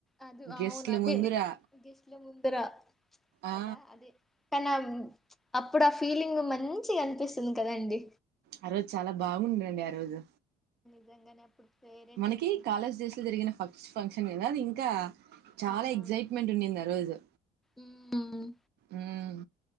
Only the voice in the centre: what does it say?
అది అవును,
అదే
గెస్ట్ల ముందర. కదా
అదే కనీ ఆ అప్పుడ ఆ ఫీలింగ్ మంచీగనిపిస్తుంది కదండి?
నిజంగనే అప్పుడు పేరెంట్స్
వచ్చిండ్రు
అవునవును
ఉమ్